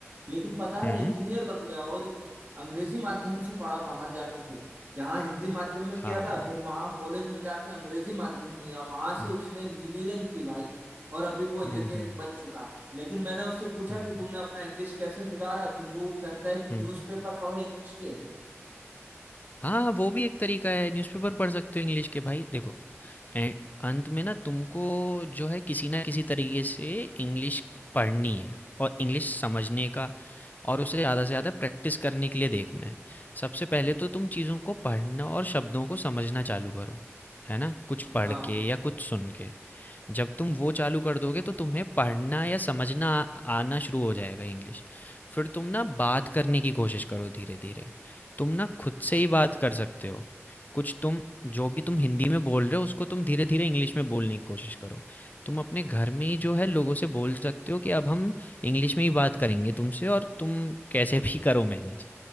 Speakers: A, on the right; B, on the left.
A: लेकिन पता है
B: हम्म
A: इंजीनियर बन गया और इंग- अंग्रेजी माध्यम से पढ़ा बाहर जाके फिर यहाँ हिंदी माध्यम में किया
B: हाँ
A: था फिर वहाँ कॉलेज में जाके अंग्रेजी माध्यम लिया वहां से
B: हम्म
A: उसने इंजीनियरिंग की भाई और अभी वो इंजीनियरिंग
B: हम्म
A: बन चुका है लेकिन मैंने उससे पूछा
B: हम्म,
A: कि तुमने अपना इंग्लिश कैसे सुधारा तो वो कहता है कि न्यूज़पेपर
B: हम्म।
A: पढ़ो इंग्लिश के
B: हाँ वो भी एक तरीका है न्यूज़पेपर पढ़ सकते हो इंग्लिश के भाई देखो ए- अंत में ना तुमको जो है किसी ना किसी तरीके से इंग्लिश पढ़नी है और इंग्लिश समझने का और उसे ज़्यादा से ज़्यादा प्रैक्टिस करने के लिए देखना है सबसे पहले तो तुम चीज़ों को पढ़ना और शब्दों को समझना चालू करो है ना कुछ पढ़
A: हाँ
B: के या कुछ सुन के जब तुम वो चालू कर दोगे तो तुम्हें पढ़ना या समझना आ- आना शुरू हो जाएगा इंग्लिश फिर तुम ना बात करने की कोशिश करो धीरे धीरे तुम ना खुद से ही बात कर सकते हो कुछ तुम जो भी तुम हिंदी में बोल रहे हो उसको तुम धीरे धीरे इंग्लिश में बोलने की कोशिश करो तुम अपने घर में ही जो है लोगों से बोल सकते हो कि अब हम इंग्लिश में ही बात करेंगे तुमसे और तुम कैसे भी करो मैनेज